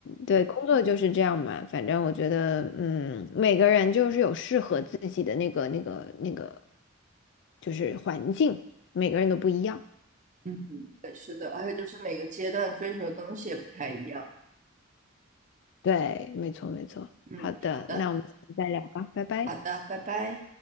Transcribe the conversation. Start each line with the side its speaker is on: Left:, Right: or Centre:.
Left: 对，工作就是这样嘛，反正我觉得，嗯，每个人就是有适合自己的那个那个那个，就是环境，每个人都不一样。
Right: 嗯，对，是的，而且就是每个阶段追求的东西也不太一样。
Left: 对，没错没错。
Right: 嗯，
Left: 好的，
Right: 好的。
Left: 那我们下次再聊吧，拜拜。
Right: 好的，拜拜。